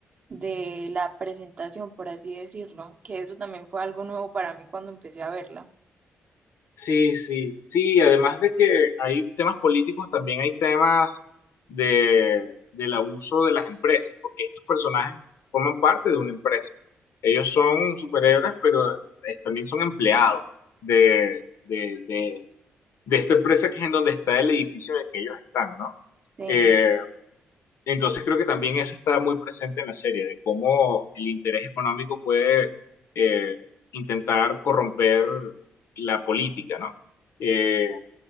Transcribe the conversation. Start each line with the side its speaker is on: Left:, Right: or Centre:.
Right: de la presentación, por así decirlo, que eso también fue algo nuevo para mí cuando empecé a verla.
Left: Sí, sí, sí, además de que hay temas políticos, también hay temas de, del abuso de las empresas, porque estos personajes forman parte de una empresa. Ellos son superhéroes, pero eh, también son empleados de, de, de, de esta empresa que es en donde está el edificio en el que ellos están, ¿no?
Right: Sí.
Left: Eh, Entonces creo que también eso está muy presente en la serie, de cómo el interés económico puede eh, intentar corromper la política, ¿no? Eh,